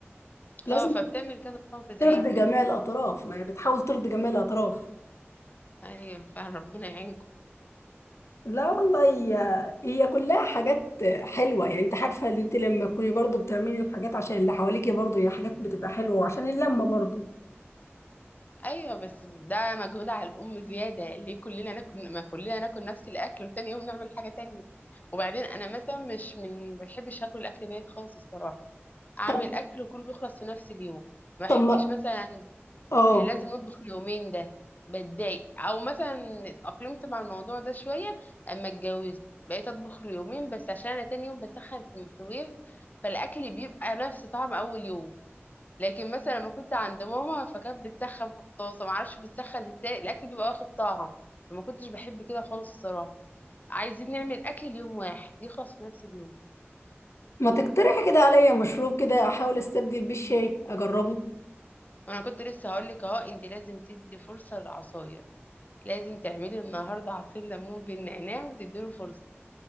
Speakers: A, on the left; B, on the left.
A: لازم
B: اه فبتعمل كذا صنف زي
A: ترضي جميع
B: كده
A: الاطراف ما هي بتحاول ترضي جميع الاطراف
B: ايوه فربنا يعينكم
A: لا والله هي هي كلها حاجات حلوه يعني انت عارفه ان انت لما تكوني برضو بتعملي الحاجات عشان اللي حواليكي برضو هي حاجات بتبقى حلوه وعشان اللمه برضو
B: ايوه بس ده مجهود على الام زياده ليه كلنا ناكل ما كلنا ناكل نفس الاكل وتاني يوم نعمل حاجه تانية وبعدين انا مثلا مش من ما بحبش اكل الاكل بايت خالص الصراحه اعمل
A: طب
B: اكل وكله يخلص في نفس اليوم ما بحبش
A: طب ما
B: مثلا
A: اه
B: اللي لازم نطبخ اليومين ده بتضايق او مثلا اتأقلمت مع الموضوع ده شوية اما اتجوزت بقيت اطبخ اليومين بس عشان انا تاني يوم بسخن في الميكروويف فالاكل بيبقى نفس طعم اول يوم لكن مثلا لما كنت عند ماما فكانت بتسخن في الطاسة معرفش بتسخن ازاي الاكل بيبقى واخد طعم فما كنتش بحب كده خالص الصراحة عايزين نعمل اكل ليوم واحد يخلص في نفس اليوم
A: ما تقترح كده عليا مشروب كده احاول استبدل بيه الشاي اجربه
B: وانا كنت لسه هقولك اهو انت لازم تدي فرصة للعصاير لازم تعملي النهارده عصير ليمون بالنعناع وتديله فرصة